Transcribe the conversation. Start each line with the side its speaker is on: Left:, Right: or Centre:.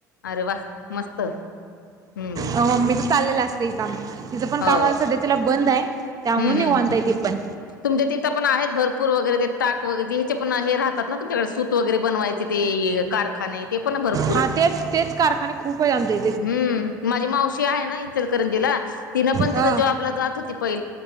Left: अरे वा मस्त. हम्म
Right: मम्मी त चाललेलं असत काम तिचं पण
Left: हो
Right: काम आता सध्या तला बंद आहे. त्यामु
Left: हम्म
Right: नव निवांत
Left: हम्म.
Right: तेपण
Left: तुमच्या तिथे पण आहेत भरपूर वगैरे ते टाक वगैरे हेचे पण हे राहतात ना तुमच्याकडे सूत वगैरे बनवायचे. तिथ ते कारखाने ते पण भरपूर
Right: हा
Left: आहेत.
Right: तेच तेच कारखाने खूप आहे आणते.
Left: हम्म माझी मावशी आहे ना इचलकरंजीला तिनं पण
Right: हा
Left: तिथ जॉबला जात होती पहि